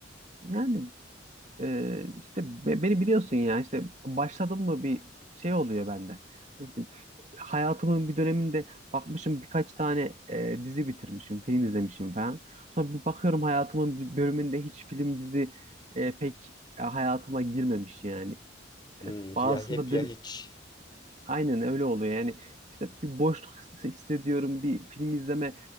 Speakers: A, on the right; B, on the left.
A: Yani e, işte be- beni biliyorsun ya işte başladım mı bir şey oluyor bende. Nasıl diyeyim? hayatımın bir döneminde bakmışım birkaç tane e, dizi bitirmişim, film izlemişim falan. Sonra bir bakıyorum hayatımın bir bölümünde hiç film, dizi e, pek e, hayatıma girmemiş yani.
B: Hmm,
A: E, bazısında
B: ya hep ya
A: dönüp
B: hiç.
A: aynen öyle oluyor yani. İşte bir boşluk his- hissediyorum, bir film izleme